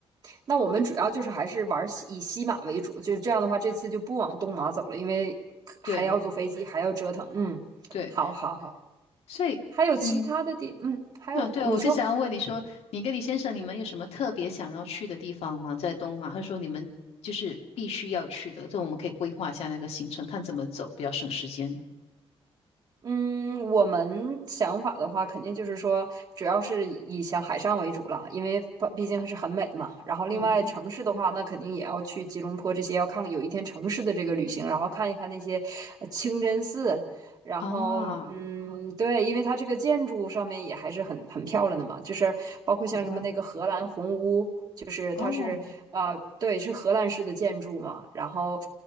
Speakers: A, on the right; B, on the left.
A: 那我们主要就是还是玩西以西马为主，就是这样的话，这次就不往东马走了，因为还要坐飞机，
B: 对。
A: 还要折腾。嗯，
B: 对。
A: 好好好，
B: 所以你
A: 还有其他的地，嗯，还有你说，
B: 啊，对啊，我就想要问你说，你跟你先生你们有什么特别想要去的地方吗？在东马，或者说你们就是必须要去的，这我们可以规划一下那个行程，看怎么走比较省时间。
A: 嗯，我们想法的话，肯定就是说，主要是以像海上为主了，因为毕毕竟是很美嘛。然后另外城市的话，
B: 嗯哼，
A: 那肯定也要去吉隆坡这些，要看看有一天城市的这个旅行，然后看一看那些呃清真寺。然后，
B: 啊，
A: 嗯，对，因为它这个建筑上面也还是很很漂亮的嘛，就是包括像什么那个荷兰红屋。
B: 嗯哼，
A: 就是它是呃，
B: 哦，
A: 对，是荷兰式的建筑嘛。然后